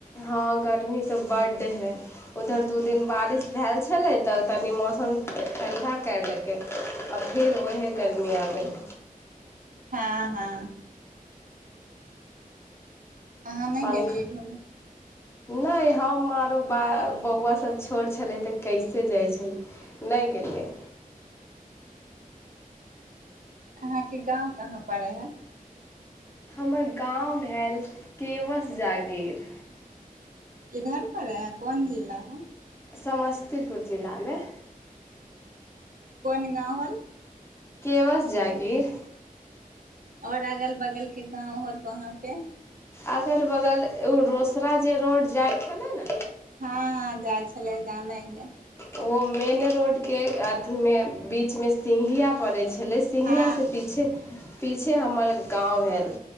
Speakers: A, on the left; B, on the right.
A: हँ गर्मी तऽ बड्ड है उधर दू दिन बारिश भेल छलै तऽ तनि मौसम ठण्डा कर लेलकै फिर ओएहे
B: हँ
A: गरमी आ गेलै
B: हँ हँ अहाँ नहि
A: पंखा
B: गेलियै घूमय
A: नहि हम आरो ब बौआसभ छोट छलै तऽ कैसे जाइ छलै नहि गेलियै
B: अहाँके गाँव कहाँ पड़ै हइ
A: हमर गाँव भेल केवस जागीर
B: इधर पर है कोन जिला है
A: समस्तीपुर जिलामे
B: कोन गाँव होल
A: केवश जाागीर
B: आओर अगल बगलके गाँव होत वहाँपे
A: अगल बगल एगो रोसड़ा जे रोड जाइ छलै ने
B: हँ हँ जा छै गामे हिया
A: ओहो मेन रोडके अथीमे बीचमे सिङघिया पड़ै छै छलै सिङ्गियासँ
B: हँ
A: पीछे पीछे हमर गाँव भेल